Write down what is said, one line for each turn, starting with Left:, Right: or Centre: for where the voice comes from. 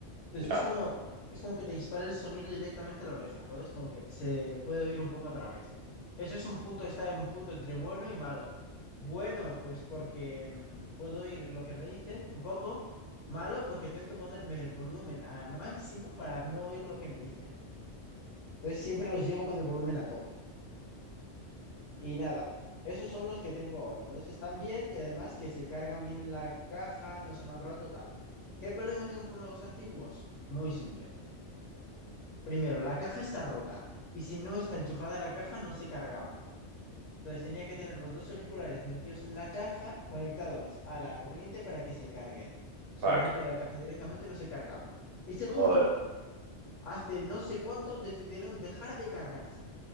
Left: Entonces
Right: ya,
Left: es como, es como que te dispara el sonido directamente a la oreja. Entonces como que se puede oír un poco a través. Eso es un punto, está en un punto entre bueno y malo. Bueno, pues porque mm, puedo oír lo que me dicen un poco. Malo porque tengo que ponerme el volumen al máximo para no oír lo que me dicen. Entonces siempre los llevo con el volumen a tope. Y nada, esos son los que tengo ahora. Entonces están bien y además que se cargan bien en la caja, no se me han roto tal. ¿Qué problema tengo con los antiguos? Muy simple. Primero, la caja está rota y si no está enchufada la caja no se cargaban. Entonces tenía que tener los dos auriculares metidos en la caja, conectados a la corriente para que se carguen. Si
Right: fuck,
Left: los meto a la caja directamente no se cargaban. Y segundo,
Right: joder.
Left: hace no sé cuánto decidieron dejar de cargarse.